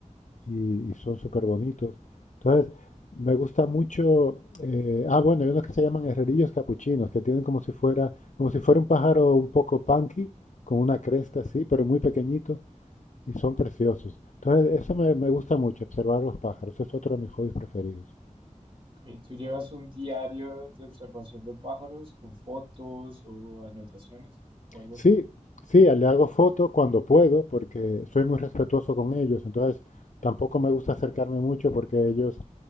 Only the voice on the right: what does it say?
Ok, ¿Tú llevas un diario de observación de pájaros con fotos o anotaciones o algo
así?